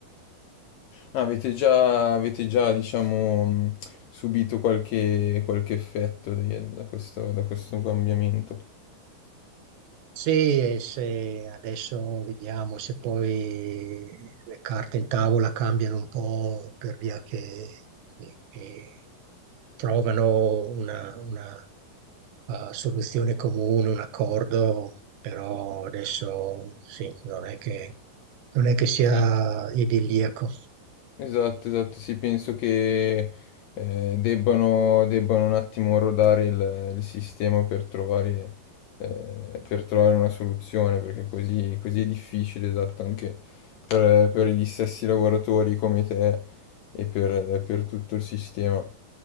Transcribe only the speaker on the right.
Sì, e se adesso vediamo se poi le carte in tavola cambiano un po' per via che, che trovano una, una, eh, soluzione comune, un accordo, però adesso sì, non è che, non è che sia
idilliaco.